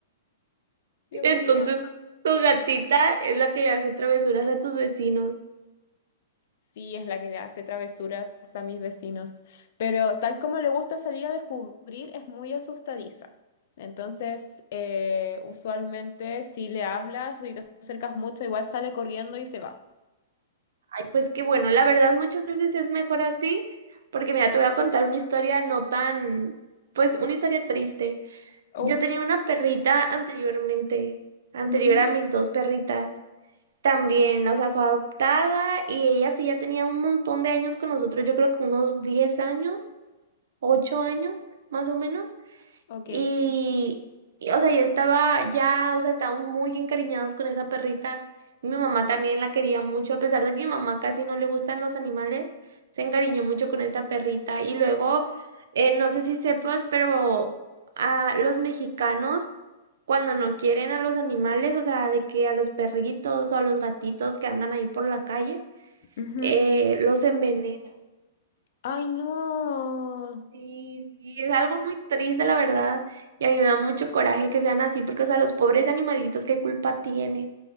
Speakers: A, on the left (about 45°); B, on the right (about 70°).
A: Dios
B: Entonces,
A: mío.
B: tu gatita es la que le hace travesuras a tus vecinos.
A: Sí, es la que le hace travesuras a mis vecinos, pero tal como le gusta salir a descubrir, es muy asustadiza. Entonces, eh, usualmente si le hablas y te acercas mucho, igual sale corriendo y se va.
B: Pues que bueno, la verdad muchas veces es mejor así, porque mira, te voy a contar una historia no tan, pues una historia triste.
A: Uf.
B: Yo tenía una perrita anteriormente, anterior
A: Ujú.
B: a mis dos perritas. También, o sea, fue adoptada y ella sí ya tenía un montón de años con nosotros, yo creo que unos 10 años, 8 años más o menos.
A: Ok,
B: Y,
A: ok.
B: y, o sea, ya estaba, ya, o sea, estaban muy encariñados con esa perrita. Y mi mamá también la quería mucho, a pesar de que mi mamá casi no le gustan los animales, se encariñó mucho con esta perrita. Y luego, eh, no sé si sepas, pero a los mexicanos, cuando no quieren a los animales, o sea, de que a los perritos o a los gatitos que andan ahí por la calle,
A: Ujú.
B: eh, los envenenan.
A: Ay, no.
B: Sí, sí, es algo muy triste, la verdad, y a mí me da mucho coraje que sean así, porque, o sea, los pobres animalitos, ¿qué culpa tienen?